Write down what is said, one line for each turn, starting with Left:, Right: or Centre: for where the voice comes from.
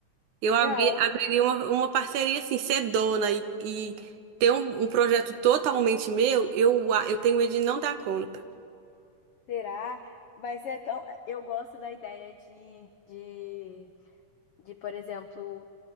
Right: Eu
Left: legal,
Right: abri, abriria uma, uma parceria assim, ser dona e, e ter um, um projeto totalmente meu, eu, a- eu tenho medo de não dar conta.
Left: será? Mas é tão. Eu gosto da ideia de, de De, por exemplo,